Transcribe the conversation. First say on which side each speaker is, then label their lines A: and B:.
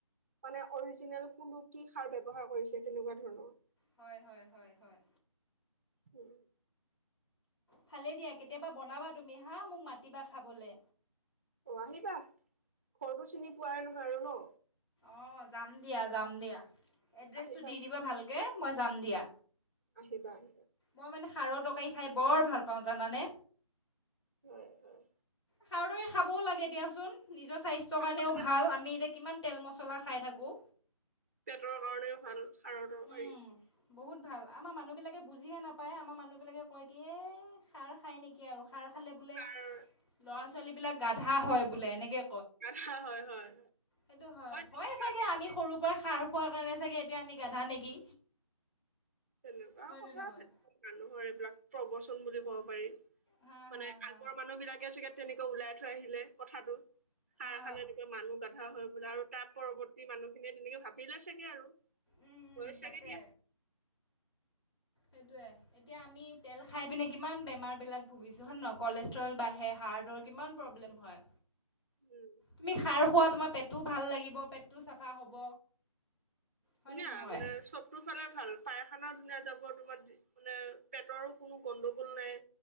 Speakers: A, on the right (about 25°); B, on the left (about 50°).
A: মানে অৰিজিনেল কোনটো কি সাৰ ব্যৱহাৰ কৰিছে তেনেকুৱা ধৰণৰ।
B: হয় হয় হয়
A: উম
B: ভালে দিয়া কেতিয়াবা বনাবা তুমি হা মোক মাতিবা খাবলে।
A: অ' আহিবা ঘৰটো চিনি পোৱাই নহয় আৰু ন।
B: অ' যাম দিয়া যাম দিয়া এড্ৰেছটো
A: আহিবা
B: দি দিব। ভালকৈ মই যাম দিয়া।
A: আহিবা আহি
B: মই মানে সাৰৰ তৰকাৰী খাই বৰ ভাল পাওঁ জানানে।
A: হয় হয়।
B: খাৰটোকে খাবও লাগে দিয়াচোন। নিজৰ স্বাস্থ্যৰ
A: খাব
B: কাৰণেও
A: লাগে
B: ভাল আমি এতিয়া কিমান তেল, মছ- চলা খাই থাকোঁ।
A: পেটৰ কাৰণেও ভাল খাৰৰ তৰকাৰী
B: উম বহুত ভাল আমাৰ মানুহবিলাকে বুজিহে নাপায় আমাৰ মানুহবিলাকে কয় কি এই সাৰ খায় নেকি আৰু। সাৰ খালে বোলে
A: সাৰ
B: ল'ৰা ছোৱালীবিলাক গাধা হয় বোলে এনেকে
A: হয় হয় হয়
B: সেইটো হয় হয়
A: তেনেকুৱা
B: চাগে
A: আজিকালি
B: আমি সৰুৰ পৰা খাৰ খোৱা এনে চাগে এতিয়া আমি গাধা নেকি?
A: তেনেকুৱা
B: হয়নে
A: কথা
B: নহয়
A: মানুহৰ এইবিলাক প্ৰবচন বুলি ক'ব পাৰি।
B: হা
A: মানে
B: হা হা
A: আগৰ মানুহ বিলাকে চাগে তেনেকৈ ওলাই থৈ আহিলে কথাটো। সাৰ
B: অঁ
A: খালে এনেকুৱা মানুহ গাধা হৈ বোলে আৰু তাৰ পৰৱৰ্তী মানুহখিনিয়ে তেনেকে ভাবিলে চাগে আৰু। হয়
B: উম উম
A: চাগে
B: তাকে
A: দিয়া।
B: সেইটোয়ে এতিয়া আমি তেল খাই পিনে কিমান বেমাৰ বিলাক ভুগিছো হয় ন কলেজ ৰ্তল বাঢ়ে হাৰ্দৰ কিমান প্ৰব্লেম হয়।
A: উম
B: তুমি খাৰ খোৱা তোমাৰ পেট- টো ভাল লাগিব পেটটো চাফা হ'ব।
A: ধুনীয়া
B: হয়নে নহয়
A: মানে সবটো ফালে ভাল পায়খানা ধুনীয়া যাব। তোমাৰ মানে পেটৰো কোনো গণ্ডগোল নাই।